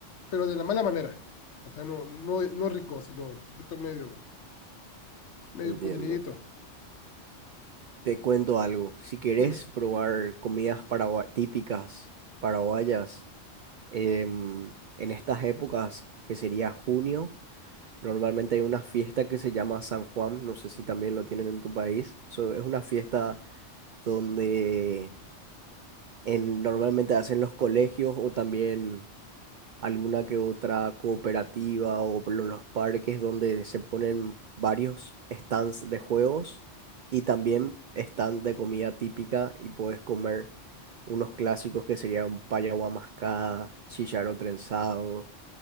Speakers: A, on the left (about 70°); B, on the right (about 55°).
A: pero de la mala manera. O sea, no, no, no rico, sino un poquito medio, medio
B: entiendo.
A: podridito.
B: Te cuento algo. Si querés
A: Dime.
B: probar comidas paragua- típicas paraguayas em, en estas épocas, que sería junio, normalmente hay una fiesta que se llama San Juan. No sé si también lo tienen en tu país. So, es una fiesta donde en, normalmente hacen los colegios o también alguna que otra cooperativa o por los parques donde se ponen varios stands de juegos y también stand de comida típica y puedes comer unos clásicos que serían paya mascada, chicharro trenzado,